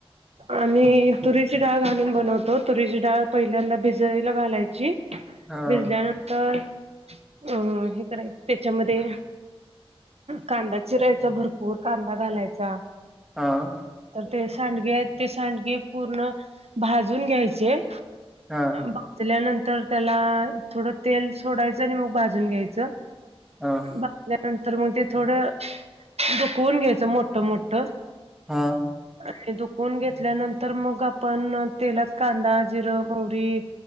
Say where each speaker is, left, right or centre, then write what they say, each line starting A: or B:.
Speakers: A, on the right; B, in the centre.
A: आणि तुरीची डाळ घालून बनवतो तुरीची डाळ पहिल्यांदा भिज घालायची
B: हा
A: भिजल्यानंतर अ हे करायचं त्याच्यामध्ये कांदा चिरायचा भरपूर कांदा घालायचा
B: हां
A: तर ते सांडगे आहेत ते सांडगे पूर्ण भाजून घ्यायचे
B: हा
A: भाजल्यानंतर त्याला थोडं तेल सोडायचं आणि मग भाजून घ्यायचं
B: हां
A: भाजल्यानंतर मग ते थोडं चुकून घ्यायचं मोठ मोठ
B: हा
A: आणि दुखून घेतल्यानंतर मग आपण तेलात कांदा जिरं मोहरी